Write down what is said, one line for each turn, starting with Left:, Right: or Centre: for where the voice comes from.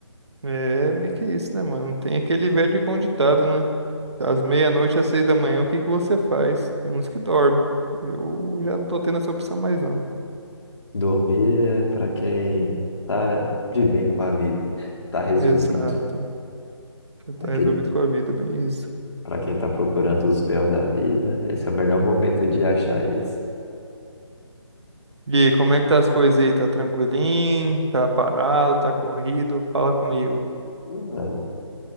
Right: É meio que isso, né, mano? Tem aquele velho e bom ditado, né? Das meia-noite às seis da manhã, o que que você faz? Tem uns que dormem. Eu já não tô tendo essa opção mais, não.
Left: Dormir é para quem tá de bem com a vida, tá resolvido.
Right: Exato. Já tá
Left: Para quem,
Right: resolvido com a vida, bem isso.
Left: para quem tá procurando os véus da vida, esse é o melhor momento de achar eles.
Right: E aí, como é que tá as coisas aí? Tá tranquilinho? Tá parado? Tá corrido? Fala comigo.
Left: Ah,